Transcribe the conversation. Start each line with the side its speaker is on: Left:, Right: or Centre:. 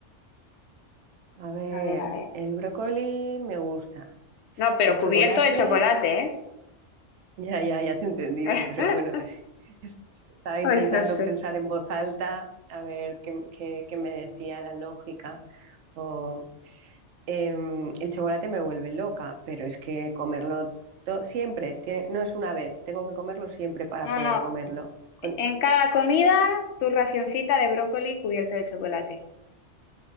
Right: A ver,
Left: A ver, a ver.
Right: el brócoli me gusta.
Left: No, pero
Right: El chocolate,
Left: cubierto de chocolate,
Right: ya, ya, ya te he entendido,
Left: ¿eh?
Right: pero
Left: <laughs>
Right: bueno, <laughs> es- estaba intentando
Left: Ay, no sé.
Right: pensar en voz alta, a ver qué, qué- qué me decía la lógica. O, em, el chocolate me vuelve loca, pero es que comerlo to- siempre, tiene- no es una vez, tengo que comerlo siempre para
Left: No,
Right: poder
Left: no.
Right: comerlo. Con,
Left: En cada comida, tu racioncita de brócoli cubierto de chocolate.